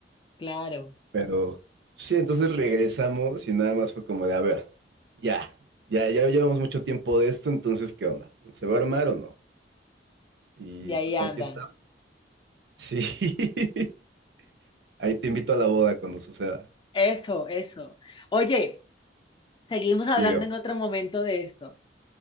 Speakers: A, on the left; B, on the right.
A: Claro,
B: Pero sí, entonces regresamos y nada más fue como de, a ver, ya, ya, ya llevamos mucho tiempo de esto, entonces, ¿qué onda? ¿Se va a armar o no? Y
A: y ahí
B: pues
A: andan.
B: aquí está. Sí, <laughs> ahí te invito a la boda cuando suceda.
A: Eso, eso. Oye, seguimos hablando
B: Dígame,
A: en otro momento de esto.